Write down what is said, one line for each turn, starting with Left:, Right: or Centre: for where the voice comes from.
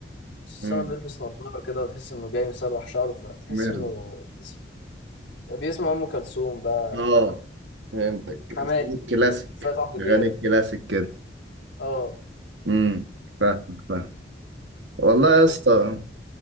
Left: اسامة
Right: امم
Left: بيلبس نضارة كده وتحس انه جاي مسرح شعره فتحس
Right: مرد
Left: انه بيس- بيسمع ام كلثوم بقى
Right: اه فهمتك
Left: حماقي
Right: اسلوب الكلاسيك
Left: فات عبد الوهاب
Right: غني الكلاسيك كده
Left: اه
Right: امم فاهمك فاهم والله
Left: لكن
Right: يا اسطى